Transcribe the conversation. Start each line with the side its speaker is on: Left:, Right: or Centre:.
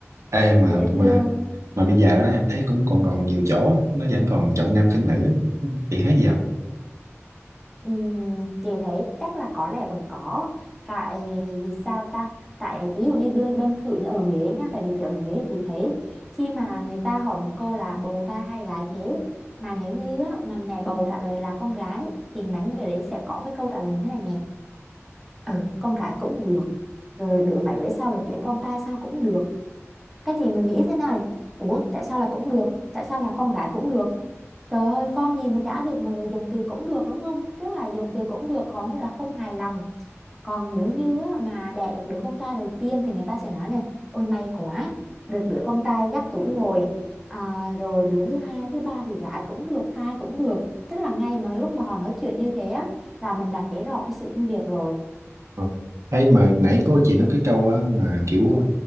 Right: ê
Centre: dễ
Right: mà mà
Centre: thương
Right: mà bây giờ đó em thấy cũng còn còn nhiều chỗ á, nó vẫn còn trọng nam khinh nữ á. chị thấy gì không
Centre: Ừm, chị thấy chắc là có lẽ vẫn có tại vì sao ta tại ví dụ như đơn đơn cử như ở Huế nha tại vì chị ở Huế chị thấy khi mà người ta hỏi một câu là bầu trai hay gái thế mà nếu như á, mà mẹ bầu trả lời là con gái thì mấy người đấy sẽ có cái câu trả lời thế này nè ừ con gái cũng được rồi đứa mấy đứa sau rồi kiếm con trai sao cũng được cái gì mình nghĩ thế này ủa tại sao là cũng được tại sao là con gái cũng được trời ơi con gì mà chả được mà dùng từ cũng được đúng không tức là dùng từ cũng được có nghĩa là không hài lòng còn nếu như á, mà đẻ được đứa con trai đầu tiên thì người ta sẽ nói này ôi may quá được đứa con trai dắt tuổi rồi à, rồi đứa thứ hai thứ ba thì gái cũng được trai cũng được tức là ngay mà lúc mà họ nói chuyện như thế á, là mình đã thấy rõ cái sự phân biệt rồi
Right: Ừ. thấy mà nãy cô chị nói cái câu á mà kiểu à,